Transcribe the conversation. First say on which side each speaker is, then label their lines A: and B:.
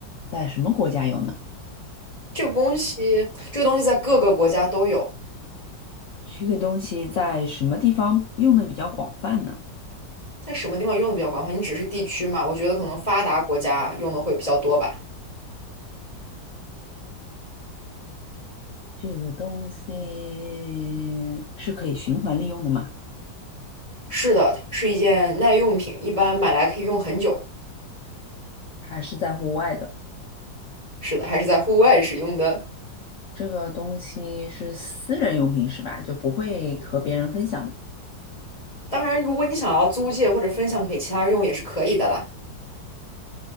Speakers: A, on the left (about 60°); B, on the left (about 20°).
A: 在什么国家有呢？
B: 这个东西，这个东西在各个国家都有，
A: 这个东西在什么地方用的比较广泛呢？
B: 在什么地方用的比较广泛？你只是地区嘛，我觉得可能发达国家用的会比较多吧。
A: 这个东西是可以循环利用的吗？
B: 是的，它是一件耐用品，一般买来可以用很久。
A: 还是在户外的？
B: 是的，还是在户外使用的。
A: 这个东西是私人用品是吧？就不会和别人分享的，
B: 当然，如果你想要租借或者分享给其他人用也是可以的啦。